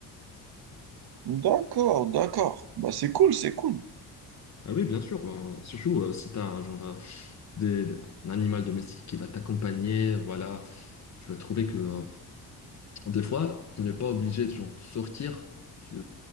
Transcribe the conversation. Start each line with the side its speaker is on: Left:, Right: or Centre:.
Right: D'accord, d'accord. Bah c'est cool, c'est cool.
Left: Ah oui, bien sûr, euh, surtout euh, si t'as genre euh, des, un animal domestique qui va t'accompagner, voilà, tu vas trouver que euh, Des fois, tu n'es pas obligé de genre de sortir. Tu,